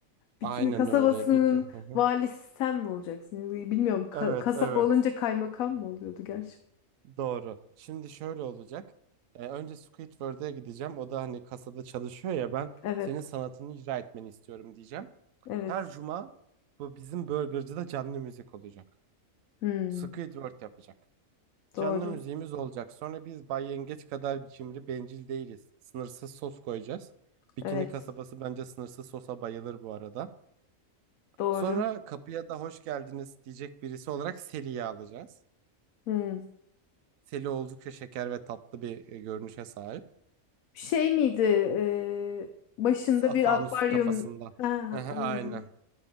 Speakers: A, on the left; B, on the right.
A: Bikini
B: Aynen
A: kasabasının
B: öyle. Bir ki... Hı hı.
A: valisi sen mi olacaksın? Yani Bilmiyorum. Ka-
B: Evet,
A: kasaba
B: evet.
A: olunca kaymakam mı oluyordu gerçi?
B: Doğru. Şimdi şöyle olacak. E, önce Squidward'a gideceğim. O da hani kasada çalışıyor ya ben
A: Evet.
B: senin sanatını icra etmeni istiyorum diyeceğim.
A: Evet.
B: Her cuma bu bizim burgercıda canlı müzik olacak.
A: Hmm,
B: Squidward yapacak. Canlı
A: doğru.
B: müziğimiz olacak. Sonra biz Bay Yengeç kadar biçimli bencil değiliz. Sınırsız sos koyacağız. Bikini
A: Evet.
B: kasabası bence sınırsız sosa bayılır bu arada.
A: Doğru.
B: Sonra kapıya da hoş geldiniz diyecek birisi olarak Seli'yi alacağız.
A: Hmm.
B: Seli oldukça şeker ve tatlı bir e, görünüşe sahip.
A: Şey miydi? e, başında
B: Sa-
A: bir
B: Fanus
A: akvaryum.
B: kafasında.
A: Ha,
B: <laughs>
A: aynen.
B: Aynen.
A: aynen.